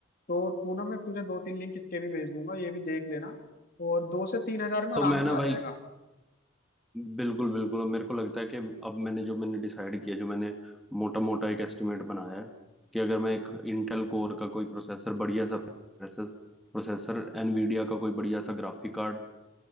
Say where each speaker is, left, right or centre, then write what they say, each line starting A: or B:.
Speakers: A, on the left; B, in the centre.
A: तो तू ना मैं तुझे दो तीन लिंक इसके भी भेज दूंगा ये भी देख लेना और दो से तीन हजार में
B: तो
A: आराम
B: मैं
A: से
B: ना
A: आ
B: भाई
A: जाएगा
B: बिल्कुल बिल्कुल अब मेरे को लगता है कि अब मैंने जो मैंने डिसाइड किया जो मैंने मोटा मोटा एक एस्टिमेट बनाया है कि अगर मैं एक इंटेल कोर का कोई प्रोसेसर बढ़िया सा प्रोसेसर प्रोसेसर एनवीडिया का कोई बढ़िया सा ग्राफिक कार्ड